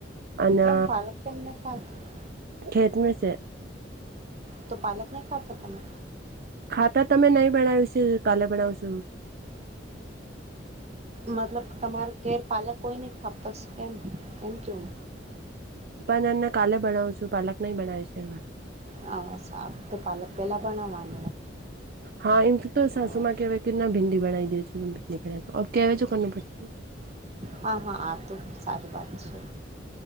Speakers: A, on the right (about 55°); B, on the right (about 35°).
A: અને
B: કેમ પાલક કેમ નહીં ખાતા
A: ખેતમાં છે.
B: તો પાલક નહી ખાતા તમે
A: ખાતા તમે નહી બનાાવ્યું છે કાલે બનાવ છોું.
B: મતલબ તમારા ઘેર પાલક કોઈ નહી ખાપતા કેમ કેમ કે
A: ન એને કાલે બનાાવું છું પાલક નહી બનાવે છે એવા.
B: હ સાફ તો પાલક પેલા બણવાનું.
A: હા એમથી તો સાસુ
B: હોય
A: માં કેવાય કે ના ભીંદ. બના દેજ કય જો કર પડતી ને
B: હા હા આ તો સારી વાત છે.